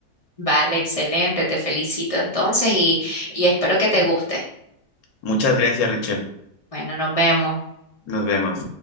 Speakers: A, on the left (about 55°); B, on the left (about 75°).
A: Vale, excelente. Te felicito entonces y, y espero que te guste.
B: Muchas gracias, Richel.
A: Bueno, nos vemos.
B: Nos vemos.